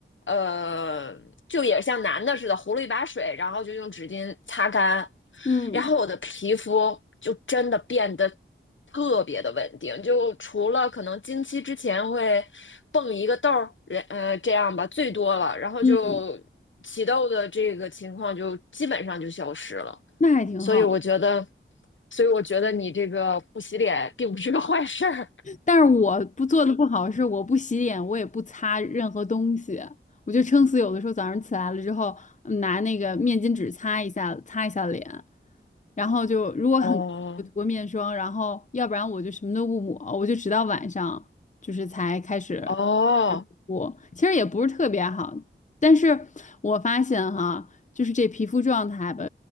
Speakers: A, on the left; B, on the left.
A: 呃，就也像男的似的，糊了一把水，然后就用纸巾擦干，
B: 嗯
A: 然后我的皮肤就真的变得特别的稳定，就除了可能经期之前会蹦一个痘儿，呃这样吧，最多了，然后就起痘的这个情况就基本上就消失了，
B: 嗯，那还挺好。
A: 所以我觉得，所以我觉得你这个不洗脸并不是个坏事儿。<laughs>
B: 但是我不做的不好是我不洗脸，我也不擦任何东西，我就撑死有的时候早上起来了之后，嗯拿那个面巾纸擦一下，擦一下脸，然后就如果很干就涂个面霜，
A: 哦
B: 然后要不然我就什么都不抹，我就直到晚上就是才开始。
A: 哦，
B: 我其实也不是特别好。但是我发现哈，就是这皮肤状态吧，